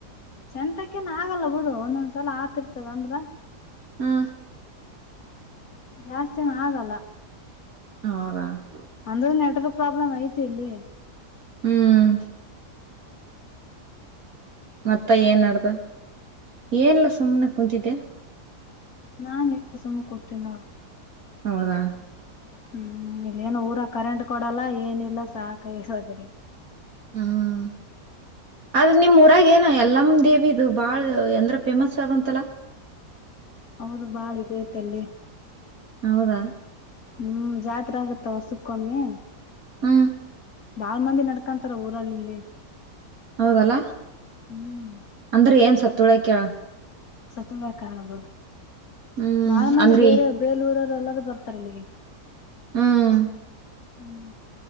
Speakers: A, on the left (about 60°); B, on the right (about 60°).
A: ಚಂತಕ್ಕೇನ ಆಗಲ್ಲ ಬಿುಡು ಒಂದೊಂದ್ ಸಲ ಆತಿರ್ತದ ಅಂದ್ರ
B: ಹಾ
A: ಜಾಸ್ತಿನ ಆಗಲ್ಲ
B: ಹೌರಾ <unintelligible>
A: ಅಂದ ನೆಟ್ವರ್ಕ್ ಪ್ರಾಬ್ಲಮ್ ಐತಿ ಇಲ್ಲಿ
B: ಹ್ಮ್ ಮತ್ತ ಏನ್ ನಡ್ದ ಏನಲ್ಲ ಸುಮನೆ ಕುಂತಿದ್ದೆ
A: ನಾ ಎ ಸುಮ ಕೊತೇನ <unintelligible>
B: ಹೌದಾ
A: ಹ್ಮ್ ಇಲ್ಲೇಏನ ಊರ ಕರೆಂಟ್ ಕೊಡಲ್ಲ ಏನಿಲ್ಲ ಸಾಕಸಕರಿ
B: ಹ್ಮ್ ಆದ್ ನಿಮ್ಮ್ ಊರಾಗೇನು ಯಲ್ಲಮ ದೇವಿದು ಬಾಳ್ ಎಂದ್ರ ಫೇಮಸ್ ಆಗಂತಲ್ಲ
A: ಹೌದು ಬಾಳ ಇದ ಐತಲ್ಲಿ
B: ಹೌದಾ
A: ಹ್ಮ್ ಜಾ ಆಗತ್ತ ಹೊಸುಕ್ಕೊಮ್ಮೆ
B: ಹಾ
A: ಬಾಳ್ ಮಂದಿ ನಡ್ಕಂತಾರ ಊರಲ್ಲಿ ಇಲ್ಲಿ
B: ಹೌದಲ್ಲ
A: ಹ್ಮ್
B: ಅಂದ್ರೆ ಏನ್ ಸತ್ತ ತುಳಕ
A: ಸತ್ತುಳ ಕಾಣಬ
B: ಹ್ಮ್
A: ಬಾಳ ಮಂದಿ
B: ಅಂದ್ರಿ
A: ಬೇರೆ ಬೇಲೂರಲ್ಲಿ ಎಲ್ಲರ ಬರ್ತಾರೆ ಇಲ್ಲಿಗೆ
B: ಹ್ಮ್
A: ಹ್ಮ್